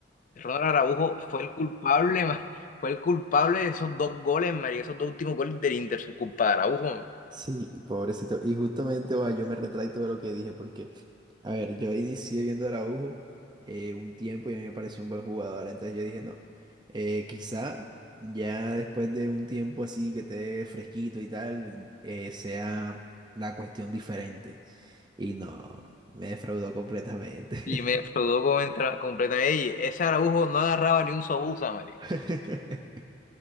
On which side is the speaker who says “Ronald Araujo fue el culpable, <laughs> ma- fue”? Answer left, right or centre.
Left